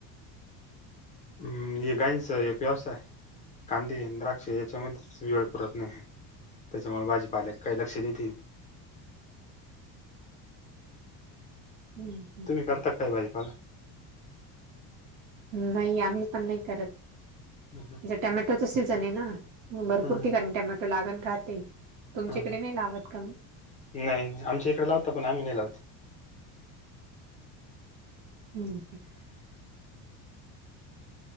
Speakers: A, on the left; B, on the right.
A: हम्म ये गाईनस एक व्यवसाय कांदे, द्राक्ष याच्यामध्येच वेळ पुरत नाही. त्याच्यामुळे भाजीपाल्याला काही लक्ष देेतील.
B: हम्म..
A: करतात काय भाजपाला?
B: नाही आम्ही पण नाही करत.
A: ह हं.
B: टॅमॅटोच सीझन हे ना भरपूर
A: हम्म,
B: ठिकाणी टॅमॅटो लागण राहते. तुमचे
A: हम्म,
B: ईकडे
A: हम्म.
B: नाही लावत का मग?
A: नाही आमच्या इकडे लावता पण आम्ही नाही लावती.
B: हम्म.